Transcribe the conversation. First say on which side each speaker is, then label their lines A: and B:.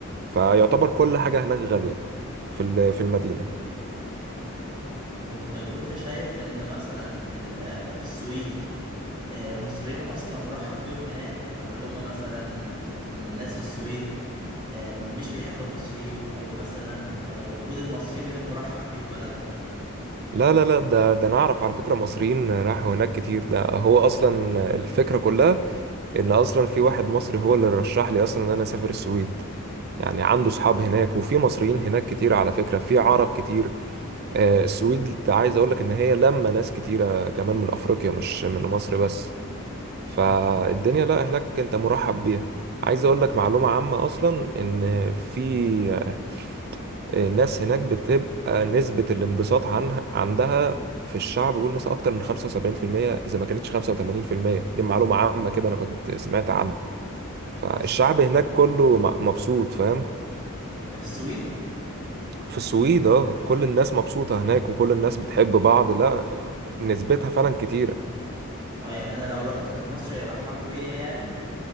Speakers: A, on the right; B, on the right.
A: فيعتبر كل حاجة هناك غالية في ال- في المدينة
B: طيب وانت شايف ان مثلا ال- آه، في السويد آه، المصريين اصلا مرحب بيهم هناك ولا هم مثلا الناس في السويد آه، مش بيحبوا المصريين او مثلا آه، وجود المصريين غير مرحب بيه في بلدهم
A: لا لا لا ده ده أنا أعرف على فكرة مصريين راحوا هناك كتير ده هو أصلا الفكرة كلها إن أصلا في واحد مصري هو اللي رشح لي أصلا إن أنا أسافر السويد يعني عنده صحاب هناك وفي مصريين هناك كتير على فكرة في عرب كتير آه، السويد عايز اقول لك ان هي لما ناس كتيره كمان من افريقيا مش من مصر بس فالدنيا لا هناك انت مرحب بيها عايز اقول لك معلومه عامه اصلا ان في آه، الناس هناك بتبقى نسبه الانبساط عنها عندها في الشعب بيقول مثلا اكتر من 75% اذا ما كانتش 85% دي معلومه عامه كده انا كنت سمعت عنها فالشعب
B: ده في الس-
A: هناك كله م- مبسوط فاهم
B: ده في السويد
A: في السويد اه كل الناس مبسوطة هناك وكل الناس بتحب بعض لا نسبتها فعلا كتيرة
B: اه يعني انا لو رحت كمصري يرحبوا بيا يعني